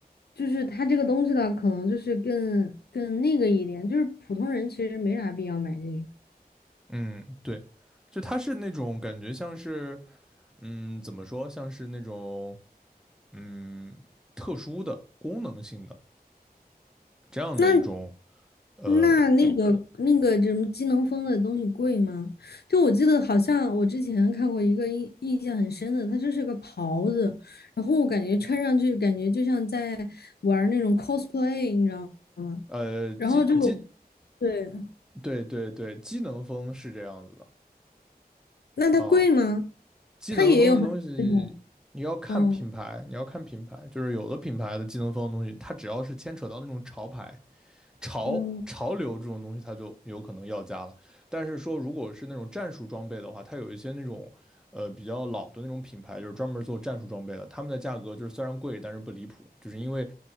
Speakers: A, on the left; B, in the centre.
A: 就是它这个东西的可能就是更更那个一点，就是普通人其实没啥必要买这个。
B: 嗯，对，就它是那种感觉像是，嗯，怎么说，像是那种嗯特殊的功能性的这样的一种
A: 那
B: 呃
A: 那那个那个什么机能风的东西贵吗？就我记得好像我之前看过一个印印象很深的，它就是个袍子，然后我感觉穿上去感觉就像在玩儿那种 cosplay，你知道吗？
B: 呃机机
A: 然后就对，
B: 对对对，机能风是这样子的
A: 那它贵吗？
B: 啊。机能风的东西你要看品牌，
A: 它也有很那种，嗯
B: 你要看品牌，就是有的品牌的机能风的东西，它只要是牵扯到那种潮牌、潮潮流这种东西，
A: 嗯，
B: 它就有可能要价了。但是说如果是那种战术装备的话，它有一些那种呃比较老的那种品牌，就是专门做战术装备的，他们的价格就是虽然贵，但是不离谱，就是因为